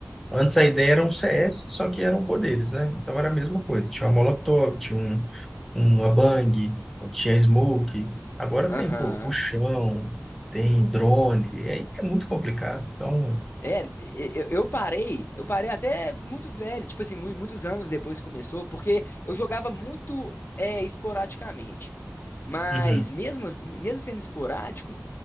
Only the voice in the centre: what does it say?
Antes a ideia era um CS, só que eram poderes, né? Então era a mesma coisa. Tinha uma Molotov, tinha um, uma Bang, tinha Smoke. Agora
tem, pô, puxão, tem drone. É, é muito complicado. Então,
uhum.